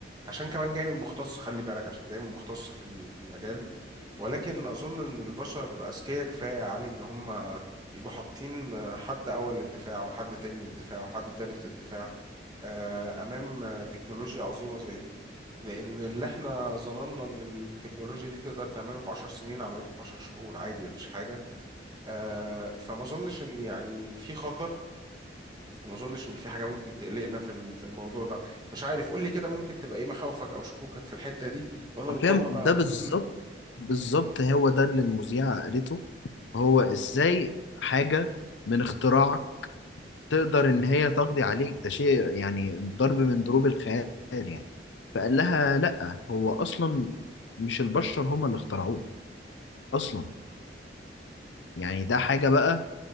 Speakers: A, on the right; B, on the left.
A: عشان كمان جاي من مختص خلي بالك عشان جاي من مختص في ال- في المجال ولكن اظن ان البشر اذكياء كفايه يا علي ان هم يبقوا حاطين آه، حد اول للدفاع وحد تاني للدفاع وحد تالت للدفاع آه، امام آه، تكنولوجيا عظيمه زي دي لان اللي احنا ظننا ان التكنولوجيا دي تقدر تعمله في 10 سنين عملته في 10 شهور عادي مفيش حاجه آه، فما اظنش ان يعني في خطر وما اظنش ان في حاجه ممكن تقلقنا في ال- في الموضوع ده مش عارف قول لي كده ممكن تبقى ايه مخاوفك او شكوكك في الحته دي وانا
B: حرفيا
A: ربما
B: ده بالظبط
A: مم.
B: بالظبط هو ده اللي المذيعة قالته هو ازاي حاجة من اختراع تقدر ان هي تقضي عليك ده شيء يعني ضرب من ضروب الخيال يعني فقال لها لا هو اصلا مش البشر هم اللي اخترعوه اصلا يعني ده حاجة بقى